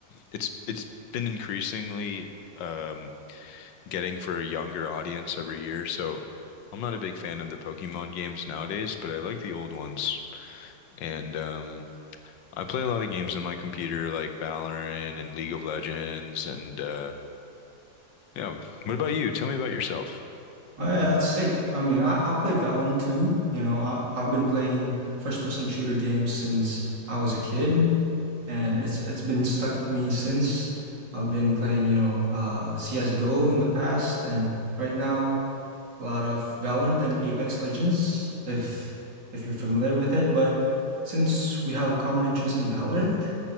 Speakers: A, on the left (about 85°); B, on the right (about 80°).
A: it's it's been increasingly um getting for a younger audience every year. So, I'm not a big fan of the Pokemon games nowadays, but I like the old ones. And um I play a lot of games on my computer like Valorant and League of Legends and uh Yeah. What about you? Tell me about yourself.
B: Uh, say, I mean, I, I play Valorant too. You know, I, I've been playing first-person shooter games since I was a kid, and it's it's been stuck to me since. I've been playing, you know, uh, CS:GO in the past, and right now, a lot of Valorant and Apex Legends, if if you're familiar with it. But since we have a common interest in Valorant,